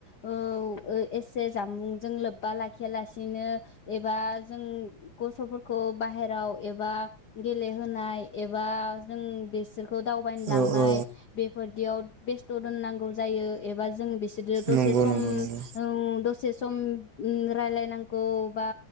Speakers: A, on the left; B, on the right.
A: औ एसे जामुंजों लोब्बा लाखिया लासिनो एबा जों गथ'फोरखौ बाहेराव एबा गेलेहोनाय एबा जों बिसोरखौ दावबाय लांनाय
B: औ औ
A: बेफोरदियाव बेस्थ' दोननांगौ जायो एबा जों बिस <unintelligible> दसेस
B: नंगौ नंगौ
A: उम
B: नंगौ
A: औ दसे सम उम रायलायनांगौ बा